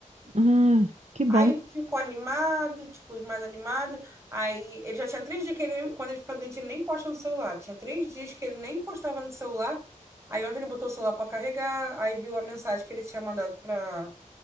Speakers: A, on the right (about 55°); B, on the right (about 20°).
A: Ah, que bom.
B: Aí ficou animado, tipo, mais animado. Aí ele já tinha três dias que ele, quando ele fica doente, ele nem encosta no celular. Tinha três dias que ele nem encostava no celular. Aí ontem ele botou o celular para carregar, aí viu a mensagem que ele tinha mandado para